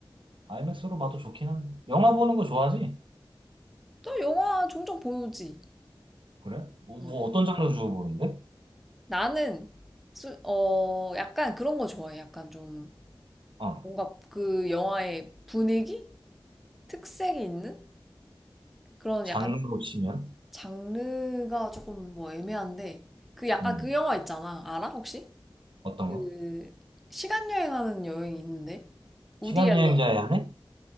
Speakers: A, on the right; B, in the centre.
A: 아이맥스로 봐도 좋긴 한데. 영화 보는 거 좋아하지?
B: 또 영화 종종 보지.
A: 그래? 뭐,
B: 응.
A: 뭐 어떤 장르 주로 보는데?
B: 나는, 수- 어, 약간 그런 거 좋아해. 약간 좀,
A: 어.
B: 뭔가 그 영화의 분위기? 특색이 있는? 그런
A: 장르로
B: 약간
A: 치면?
B: 장르가 조금 뭐 애매한데, 그 약간
A: 음.
B: 그 영화 있잖아. 알아, 혹시?
A: 어떤
B: 그,
A: 거?
B: 시간 여행하는 여행이 있는데? 우디
A: 시간여행자의
B: 앨런
A: 한 해?